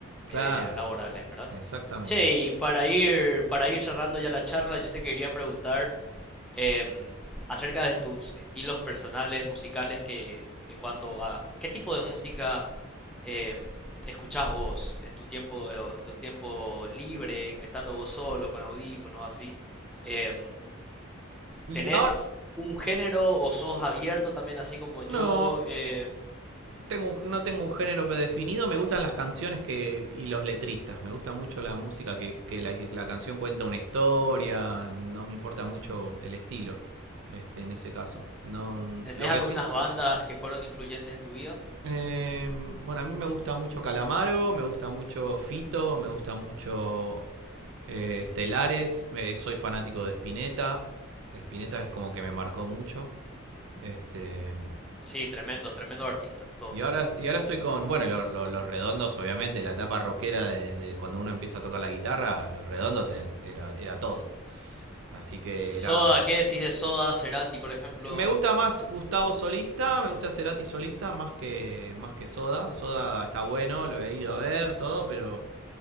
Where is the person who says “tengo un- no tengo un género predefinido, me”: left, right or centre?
Right